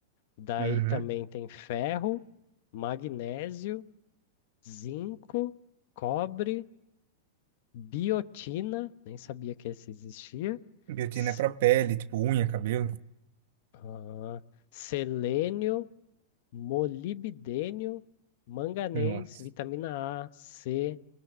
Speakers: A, on the left; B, on the right.
A: Daí
B: Uhum.
A: também tem ferro, magnésio, zinco, cobre, biotina, nem sabia que esse existia.
B: Biotina
A: s-
B: é pra pele, tipo unha, cabelo.
A: ah, selênio, molibdênio, manganês,
B: Nossa.
A: vitamina A, C,